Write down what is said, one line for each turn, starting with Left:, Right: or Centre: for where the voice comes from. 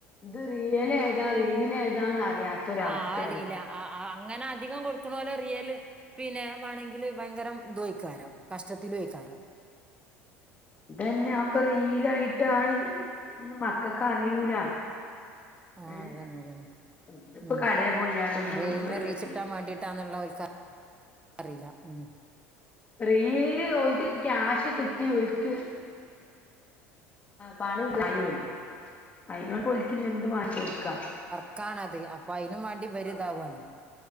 Left: ഇത് റിയൽ ഏതാ റീൽ ഏതാന്ന് അറിയാത്ത ഒരവസ്ഥയാണ്
Right: ആഹ് അറിയില്ല
Left: ഇപ്പോം
Right: ആ ആ അത് അങ്ങനെ അധികം കൊടുക്കണോലെ റിയല് പിന്നെ മാണെങ്കില് ഭയങ്കരം തുംഐയ്ക്കാരം, കഷ്ടത്തിലുയിക്കാരം,
Left: തെന്നെ അഒക്ക റീലായിട്ടാണ് മക്കക്ക അറിയൂല.
Right: ആഹ്,
Left: ഏഹ്
Right: അതന്നെ അതന്നെ,
Left: ഇതിപ്പോ
Right: ഉം
Left: കടേ പോയാണ്ടൊന്നും
Right: അറീൽന്
Left: ഒരു
Right: റീച്ച്
Left: പറ്റിയില്ലെങ്കില്
Right: കിട്ടാം മാണ്ടിട്ടാന്നുള്ളെഓൽക്ക റില്ല, ഉം.
Left: റീല് ഓൽക്ക് ക്യാഷ് കിട്ടി ഓൽക്ക്, പണം ണ്ടായോലെ അയ്നോണ്ട് ഓൽകെഞ്ഞി എന്തും വാങ്ങി കൊട്ക്കാ,
Right: ക്കാണത് അപ്പൊ അയ്നും വേണ്ടി വര്താവാണ്,
Left: ആഹ്